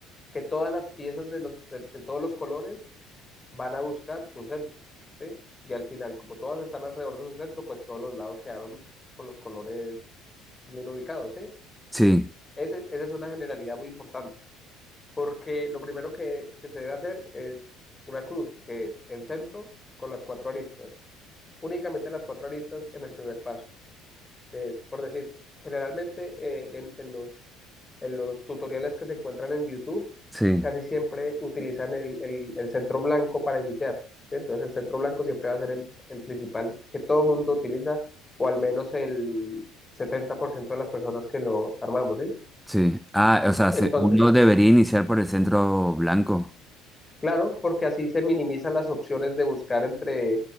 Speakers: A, on the left (about 20°); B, in the centre.
A: que todas las piezas de, los, de, de todos los colores van a buscar su centro, ¿sí? Y al final, como todas están alrededor de su centro, pues todos los lados quedaron con los colores bien ubicados, ¿sí?
B: Sí,
A: Ese- esa es una generalidad muy importante. porque lo primero que, que se debe hacer es una cruz, que es el centro con las cuatro aristas, únicamente las cuatro aristas en el primer paso, que es, por decir, generalmente eh, en, en los, en los tutoriales que se encuentran en YouTube,
B: sí,
A: casi siempre utilizan el, el- el centro blanco para iniciar, ¿sí? Entonces el centro blanco siempre va a ser el, el principal que todo mundo utiliza, o al menos el 70% de las personas que lo armamos, ¿sí?
B: sí. Ah, o sea,
A: Entonces,
B: se- uno debería iniciar por el centro blanco.
A: Claro, porque así se minimizan las opciones de buscar entre,